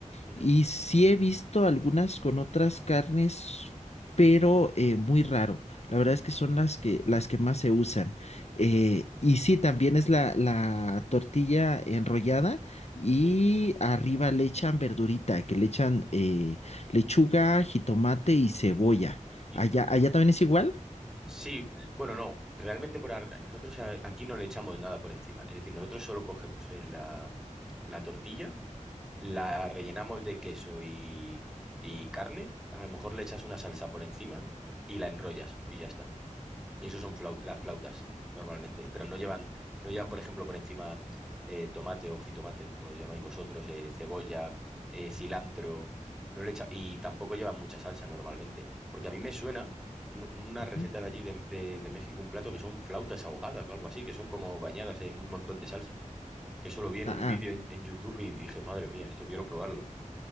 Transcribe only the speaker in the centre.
¿Mm?
Ah.
Sí.
Y,
sí, bueno, no, realmente por ar- nosotros a- aquí no le echamos nada por encima. Es decir, nosotros solo cogemos eh, la, la tortilla, la rellenamos de queso y, y carne, a lo mejor le echas una salsa por encima y la enrollas y ya está. Y eso son flau- las flautas, normalmente. Pero no llevan, no llevan, por ejemplo, por encima eh, tomate o jitomate, como lo llamáis vosotros, eh, cebolla, eh, cilantro. No le echa- y tampoco llevan mucha salsa normalmente. Porque a mí me suena un- una
receta de allí de, de- de México, un plato que son flautas ahogadas o algo así, que son como bañadas en un montón de salsa. Que solo vi en
un vídeo
en, en YouTube y dije, madre mía, esto quiero probarlo.